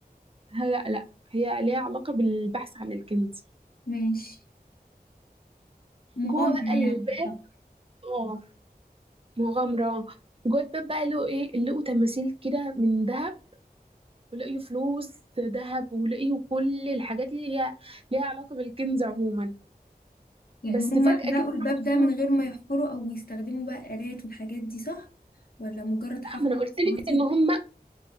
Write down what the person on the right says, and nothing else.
لا لا هي ليها علاقة بالبحث عن الكنز
جوه بقى الباب
اه مغامرة جوه الباب بقى لقوا ايه لقوا تماثيل كده من ذهب ولقيوا فلوس ذهب ولقيوا كل الحاجات اللي هي ليها علاقة بالكنز عموما
بس
فجأة
كده
راحوا-
لا ما انا قلت لك
ان هم